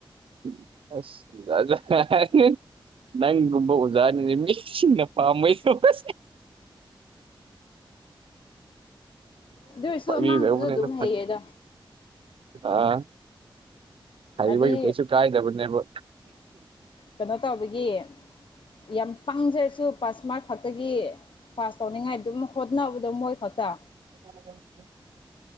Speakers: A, on the right; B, on the left.
A: <unintelligible> ꯅꯪꯒꯨꯝꯕ ꯑꯣꯖꯥꯁꯤꯅꯦ ꯃꯤꯁꯤꯡꯅ ꯄꯥꯝꯃꯣꯏꯗꯕꯁꯦ
B: ꯑꯗꯨ ꯑꯣꯏꯔꯁꯨ
A: ꯐꯥꯒꯤ
B: ꯑꯉꯥꯡꯗꯨꯁꯨ
A: ꯇꯧꯕꯅꯤꯗ
B: ꯑꯗꯨꯝ ꯍꯩꯌꯦꯗ
A: ꯑꯥ ꯍꯩꯕꯒꯤ
B: ꯍꯥꯏꯗꯤ
A: ꯀꯩꯁꯨ ꯀꯥꯏꯗꯕꯅꯦꯕ
B: ꯀꯩꯅꯣ ꯇꯧꯕꯒꯤ ꯌꯥꯝ ꯄꯪꯖꯔꯁꯨ ꯄꯥꯁ ꯃꯥꯔꯛ ꯈꯛꯇꯒꯤ ꯄꯥꯁ ꯇꯧꯅꯤꯡꯉꯥꯏ ꯑꯗꯨꯝ ꯍꯣꯠꯅꯕꯗꯣ ꯃꯣꯏ ꯈꯛꯇ
A: <inaudible>